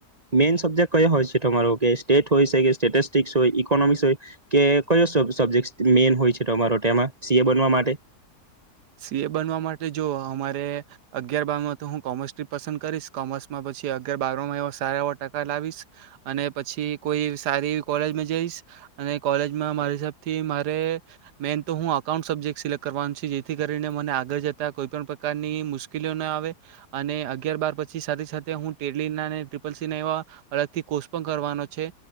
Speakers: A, on the right (about 30°); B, on the right (about 80°).
A: મેઈન સબ્જેક્ટ કયો હોય છે, તમારો કે સ્ટેટ હોય છે, કે સ્ટેટિસ્ટિક્સ હોય ઇકોનોમિકસ હોય કે કયો સબ્જેક્ટસ મેન હોય છે તમારો ટેમાં માં સી એ બનવા માટે
B: સી એ બનવા માટે જો અમારે અગિયાર બારમાં તો હું કોમર્સ પસંદ કરીશ કોમર્સમાં પછી અગિયાર બારમાં સારા એવા ટકા લાવીશ અને પછી કોઈ સારી કોલેજમાં જઈશ અને કોલેજમાં મારી હિસાબથી મારે મેન તો હું અકાઉન્ટ સબ્જેક્ટ સિલેક્ટ કરવાનું થી કરીને મને આગળ જતા કોઈ પણ પ્રકારની મુશ્કેલીઓ ના આવે, અને અગિયાર બાર પછી સાથે સાથે હું તેલીના અને ટ્રિપલ સી ના એવા, અલગથી કોર્સ પણ કરવાનો છે